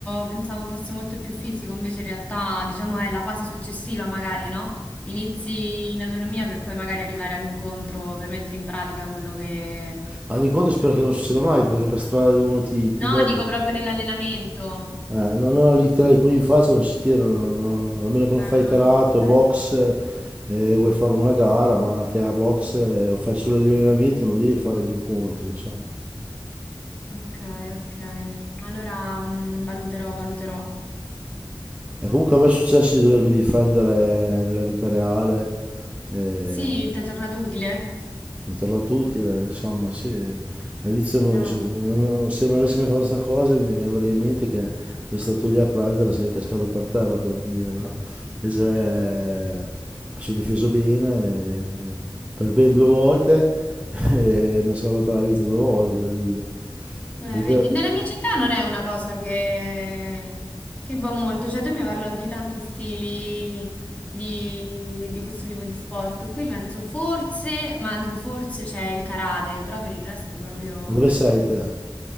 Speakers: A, on the left; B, on the right.
A: pensavo fosse molto più fisico, invece in realtà, diciamo, è la fase successiva, magari, no? Inizi in autonomia per poi magari arrivare all'incontro per mettere in pratica quello che...
B: All'incontro spero che non succeda mai perché per strada uno ti, ti
A: No,
B: becca.
A: dico proprio nell'allenamento.
B: Eh, no, no, lì tirare i pugni in faccia non si tirano, no, no, no. A meno che non
A: Ah,
B: fai
A: ah,
B: karate
A: ok.
B: o box eh, e eh, vuoi fare una gara, ma anche a box eh, fai solo gli allenamenti, non devi fare gli incontri, insomma.
A: Ok, ok. Allora, mm, valuterò, valuterò.
B: E comunque a me è successo di dovermi difendere nella vita reale. eh,
A: Sì, ti è tornato utile?
B: mi è tornato utile, insomma, sì. All'inizio non
A: Mm.
B: so- non- se non avessi mai fatto questa cosa mi avrei in mente che eri stato lì a prendere, sei cascato per terra per dire, no? Invece eh, mi sono difeso bene eh, per ben due volte <laughs> e mi ha salvato la vita due volte per dire.
A: Eh,
B: Perché
A: vedi,
B: te-
A: nella mia città non è una cosa che, che va molto, cioè tu mi hai parlato di tanti stili di, di questo tipo di sport. Qui penso forse, ma dico forse c'è il karate, però per il resto proprio...
B: ma dove sei te?